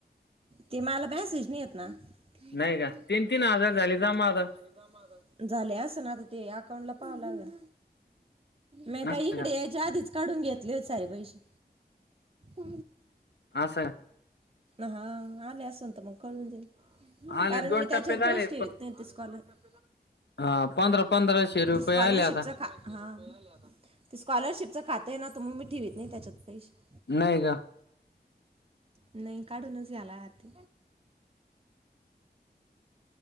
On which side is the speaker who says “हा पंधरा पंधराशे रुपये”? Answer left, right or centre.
Left